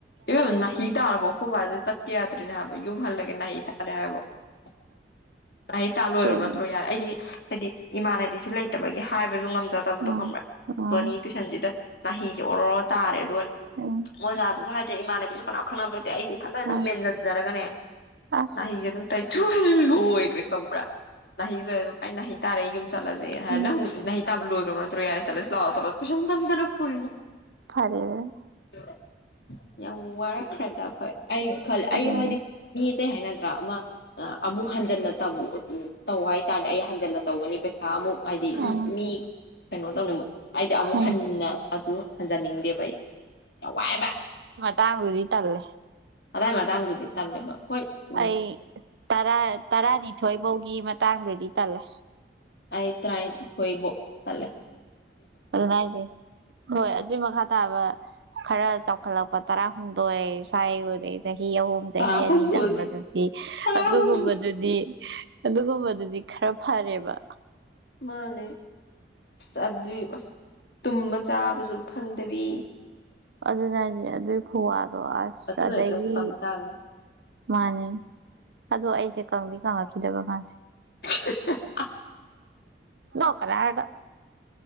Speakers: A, on the left; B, on the right.
A: ꯏ ꯅꯥꯍꯤ ꯇꯥꯔꯕꯣ ꯈꯨꯣꯕꯥꯁꯦ ꯆꯠꯀꯦ ꯌꯥꯗ꯭ꯔꯔꯤꯅꯦ ꯍꯥꯏꯕ ꯌꯨꯝ ꯍꯜꯂꯒꯦ ꯅꯥꯍꯤ ꯇꯥꯔꯦ ꯍꯥꯏꯕ ꯅꯅꯥꯍꯤ ꯇꯥ
B: ꯑꯩꯈꯣꯏ
A: ꯂꯣꯏꯈ꯭ꯔꯕ ꯅꯠꯇ꯭ꯔꯣ ꯌꯥꯔꯦ ꯑꯩꯁ ꯍꯥꯏꯗꯤ ꯏꯃꯥꯟꯅꯕꯤꯁꯨ ꯂꯩꯇꯕꯒꯤ ꯍꯥꯏꯕ ꯍꯥꯏꯁꯨ ꯉꯝꯖꯗꯕꯗꯣ
B: ꯎꯝ
A: ꯈꯪꯕ꯭ꯔꯥꯣꯅꯤ
B: ꯎꯝ
A: ꯇꯨꯏꯁꯟꯁꯤꯗ ꯃꯍꯁꯦ ꯑꯣꯔ ꯑꯣꯔ ꯇꯥꯔꯦ
B: ꯎꯝ
A: ꯑꯣꯖꯗꯁꯨ ꯍꯥꯏ ꯏꯃꯥꯅꯦꯕꯤꯁꯨꯅꯥ ꯈꯅꯕ ꯑꯩꯁꯦ ꯏ ꯊꯖꯅ ꯑꯗꯨꯝ
B: ꯑꯥ
A: ꯃꯦꯟꯁꯤꯟꯖꯔꯒꯅꯦ
B: ꯑꯁ
A: ꯃꯍꯍꯩꯁꯦ ꯑꯗꯨꯝ ꯀ ꯊꯨꯅ ꯂꯣꯏꯈ꯭ꯔꯦ ꯈꯪꯕ꯭ꯔꯥ ꯂꯍꯍꯤ ꯂꯣꯏꯕ ꯄꯥꯏ ꯅꯍ ꯇꯔꯨꯝ ꯆꯠꯂꯁꯦ
B: ꯎꯝ
A: ꯅꯪ ꯇꯕꯨ ꯂꯣꯏꯒ ꯇ ꯌꯥꯔ ꯆꯂ ꯂꯥꯎ ꯇꯗꯅ ꯄꯨꯅ
B: ꯐꯔꯦ ꯑꯗꯨ
A: <unintelligible> ꯌꯥꯝ ꯋꯥꯔꯦ ꯈꯔ ꯇꯈꯣꯏ ꯑꯩ ꯈ
B: ꯑꯗꯨꯅꯤ
A: ꯑꯩ ꯍꯥꯏꯗꯤ ꯃꯤ ꯑꯇꯩ ꯍꯥꯏ ꯅꯠꯇ꯭ꯔꯥ ꯑꯃ ꯑꯃꯨꯛ ꯍꯟꯖꯟꯅ ꯇ ꯇꯧ ꯍꯥꯏꯇꯥꯥꯔꯗꯤ ꯑꯩ ꯍꯟꯖꯟꯅ ꯇꯧꯒꯅꯤ ꯄꯩꯁꯥ ꯑꯃꯨꯛ ꯍꯥꯏꯗꯤ
B: ꯑꯥ
A: ꯁꯨꯝ ꯃꯤ ꯀꯩꯅꯣ ꯇꯧꯅꯤꯡ ꯍꯥꯏꯗꯤ ꯑꯃꯨꯛ
B: ꯎꯝ
A: ꯍꯟꯅ ꯑꯗꯨ ꯍꯟꯖꯅꯤꯡꯉꯤ ꯚꯥꯏ ꯋꯥ ꯍꯥꯏꯦꯕ
B: ꯇꯥꯡꯔꯤ ꯇꯂꯦ
A: ꯇꯥꯏꯃ ꯇꯥꯡꯗꯨꯗꯤ ꯇꯥꯟꯦꯕ ꯍꯣꯏ ꯎ
B: ꯑꯩ ꯇꯔꯥ ꯇꯔꯥꯅꯤꯊꯣꯏ ꯐꯧꯒꯤ ꯃꯇꯥꯡꯗꯗꯤ ꯇꯜꯂꯦ
A: ꯑꯥꯏ ꯄꯣꯏꯕꯣ ꯑꯂꯦ
B: ꯑꯗꯨꯅꯁꯦ ꯍꯣꯏ ꯑꯗꯨꯏ ꯃꯈꯥ ꯇꯥꯕ ꯈꯔ ꯆꯥꯎꯈꯠꯂꯛꯄ ꯀ ꯇꯔꯥ ꯈꯨꯟꯗꯣꯋ ꯁꯥꯏ ꯆꯍꯤ ꯑꯍꯨꯝ ꯆꯍꯤ
A: ꯇꯔꯥꯍꯨꯝꯗꯣꯏ
B: ꯑꯅꯤ ꯇꯝꯕꯗꯨꯗꯤ
A: ꯇꯔꯥꯍꯨꯝꯗꯣꯏ
B: ꯑꯗꯨꯒꯨꯝꯕꯗꯨꯗꯤ ꯑꯗꯨꯒꯨꯝꯕꯗꯨꯗꯤ ꯈꯔ ꯐꯔꯦꯕ
A: ꯃꯥꯅꯦ ꯑꯁ ꯑꯗꯨꯏ ꯑꯁ ꯇꯨꯝꯃ ꯆꯥꯕꯁꯨ ꯐꯪꯗꯕꯤ
B: ꯑꯗꯨ ꯅꯅꯦ ꯑꯗꯨꯏ ꯈꯨꯋꯥ ꯑꯗꯣ ꯑꯁ
A: ꯑꯗꯨꯅ
B: ꯑꯗꯒꯤ
A: ꯑꯗꯨꯝ ꯀꯪ ꯇꯥꯕꯅꯤ
B: ꯃꯥꯅꯦ ꯑꯗꯣ ꯑꯩ ꯦ ꯀꯪꯕꯤ ꯀꯪꯉꯥꯈꯤꯗꯕꯅ
A: <unintelligible>
B: ꯂꯣꯛ ꯀꯔꯔꯒ